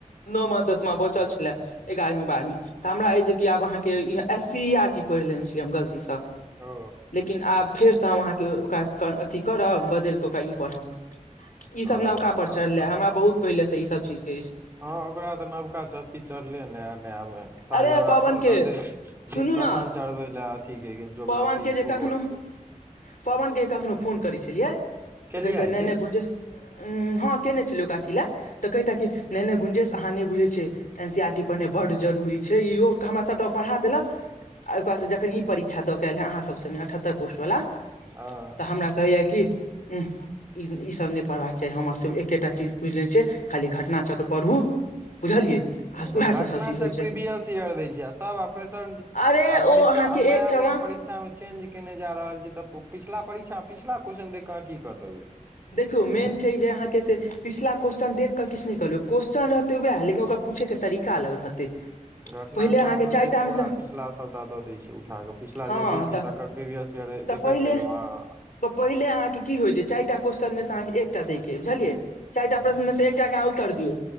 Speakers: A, on the left; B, on the right.
A: नमा दसमा
B: अच्छा
A: बचल छल एगारहवीं बारहवीं त हमरा जे आब अहाँ के एस सी आर टी पढ़ ले छै गलतीसँ
B: ओ
A: लेकिन आब फेरसँ हम अहाँके ओकरा अथी करब बदलि कऽ ओकरा ई पढ़ब ई सब
B: ओ
A: नवका
B: अच्छा
A: पर चढ़ले
B: अच्छा
A: हमरा बहुत पहिले से ई सब चीज के अछि
B: हँ ओकरा तऽ नबका चस्कि चढ़लै नया नया मे सांझो
A: अरे
B: हमरा
A: पवन
B: फोन
A: के
B: करते
A: सुनू
B: डिस्कशन
A: ने
B: चढ़बे ले अथी के ज्योग्रफी
A: पवन के जे
B: भूगोल
A: कखनो
B: के <unintelligible>
A: पवन के कखनो फोन करै छलियै तऽ
B: केलियै
A: कहतै नय
B: की
A: नय गुंजेश उ हँ केने छलु काकी लै तऽ कहितै की नय नय गुंजेश अहाँ नय बुझैय छियै एन सी आर टी पढ़नै बड जरूरी छै इहो हमरा सभटा पढ़ा देलक आ ओकरासँ जखन ई परीक्षा दऽ क यैल हए अहाँसभ संगे अठहत्तर पोस्टवला
B: हँ
A: तऽ हमरा कहैया कि ऊह ई सब नय पढ़बाक चाही हमर सब एकेटा चीज पुछिलेने छै खाली घटना चक्र पढ़ू बुझलियै आ
B: हू ग
A: उएहसँ
B: घटना घटना
A: सभ चीज
B: चक्र
A: होइ छै
B: प्रीवियस इयर दै छै सब आ पेटर्न
A: अरे
B: परीक्षा
A: ओ अहाँके
B: नया
A: एकठमा
B: नया परीक्षा मे चेंज केने जा रहल छै तऽ पिछिला परीक्षा पिछिला क्वेश्चन देख के अहाँ की कर देबै
A: देखियौ मेन
B: हँ
A: छै जे अहाँके से पिछला क्वेस्चन देख कऽ किछु नैय कहलिय क्वेश्चन रहतै उएह लेकिन ओकरा पूछेके तरीका अलग रहतै
B: घटना
A: पहिले अहाँके
B: चक्र
A: चारिटा
B: मे छै पूरा
A: सँ
B: पिछला सभटा दऽ दै छै उठा कऽ पिछिला
A: हँ
B: जे भेल
A: तऽ
B: तकर प्रवियस ईयर देखैत
A: पहिले
B: रहियौ अहां
A: तऽ पहिले अहाँके क होय छै चारिटा क्वेश्चनमे से अहाँके एकटा दैके बुझलियै चाईरटा
B: अहाँ
A: प्रश्नमे से एकटाके अहाँ उत्तर दियौ